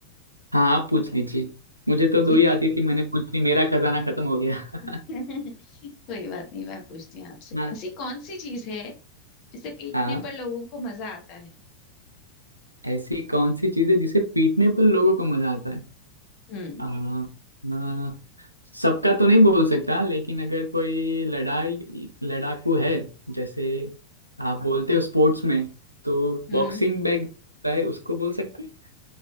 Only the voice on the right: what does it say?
हाँ आप पूछ लीजिए मुझे तो दो
ही
आती थी मैंने पूछ ली मेरा खजाना खत्म हो गया
<laughs> हाँ
हाँ
ऐसी कौन सी चीज है जिसे पीटने पर लोगों को मजा आता है
आ, आ, सबका तो नहीं बोल सकता लेकिन अगर कोई लड़ाई लड़ाकू है जैसे आप बोलते हो स्पोर्ट्स में तो
बॉक्सिंग बैग होता है उसको बोल सकते हैं?